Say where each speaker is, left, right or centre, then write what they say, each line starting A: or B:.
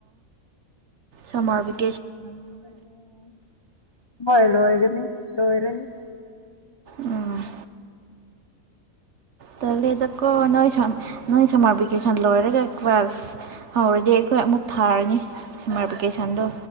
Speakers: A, on the right; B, on the left.
A: ꯁꯃꯥꯔ ꯕꯦ
B: <unintelligible> ꯍꯣꯏ ꯂꯣꯏꯒꯅꯤ ꯂꯣꯏꯔꯅꯤ
A: ꯎꯝ ꯇꯂꯦꯗꯀꯣ ꯅꯣꯏ ꯁꯝ ꯅꯣꯏ ꯁꯝꯃꯔ ꯚꯦꯀꯦꯁꯟ ꯂꯣꯏꯔꯒ ꯀ꯭ꯂꯥꯁ ꯍꯧꯔꯗꯤ ꯑꯩ ꯍꯣꯏ ꯑꯃꯨꯛ ꯊꯥꯔꯅꯤ ꯁꯝꯃꯔ ꯚꯦꯀꯦꯁꯟꯗꯣ